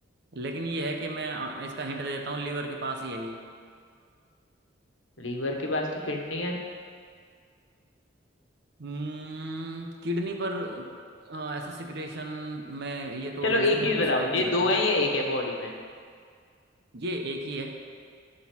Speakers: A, on the right; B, on the left.
A: लेकिन ये है कि मैं अ, इसका हिंट दे देता हूँ लीवर के पास ही है ये
B: लीवर के पास तो किडनी है
A: हम्म किडनी पर अ, ऐसा सिक्रेशन में ये तो
B: चलो
A: इंसुलिन
B: एक चीज
A: तो
B: बताओ
A: सिक्रेट नहीं
B: ये
A: करती
B: दो
A: ना
B: है या एक है बॉडी में
A: ये एक ही है